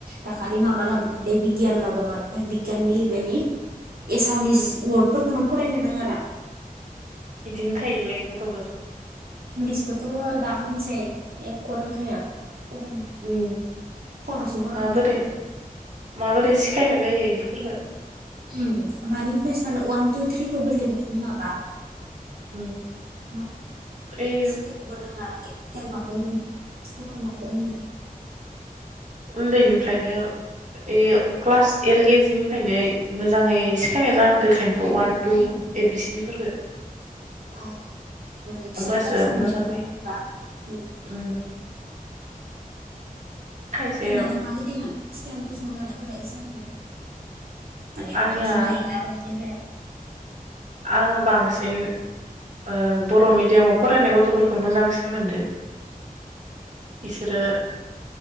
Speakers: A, on the right; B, on the right.
A: दाखालि माबा लाबोदोंमोन ए बिगियान लाबोदोंमोन बिग याननि बेनि
B: उम
A: एसामिस
B: उम
A: वार्डफोर उनाव फरायनो रोङा रा।
B: बिदिनो थायोलाय गथ'फोर
A: इंलिसबोथ' दा होनसै एकक' रोंखाया। फरायनो।
B: उम
A: खर'सो गरम
B: माबोरै
A: जालाङो
B: माबोरै सिखायनो जाय यो इदिफोरखो।
A: उम मानिफ्राय स्टार्ट वान टु थ्रिखोबो बिरनो रोङाबा।
B: उम
A: मा
B: ओइ
A: ए बि सि दि खौबो रोङा। <unintelligible> माखौ होनो स्कुल माखो होनो
B: उनदैनिफ्रायनो एयो क्लास एल केजि निफ्रायनो मोजाङै सिखायनाय जानांगो एखायनोथ' अवान टु ए बि सि डि फोरखो।
A: औ माने फिसा
B: होमबासो
A: क्लासावनो
B: मोजां
A: रोंना
B: जायो
A: फैब्ला ओम
B: उम खायसे
A: नोंनालाय माबायदिमोन सिगां टिउसन लानाय‌ <unintelligible> माने
B: आंनिया
A: बांसिन हायो ना रोङै? हायामोन।
B: आङो बांसिन ओ बर' मिडियामाव फरायनाय गथ'फोरखौ मोजांसिन मोनदो इसोरो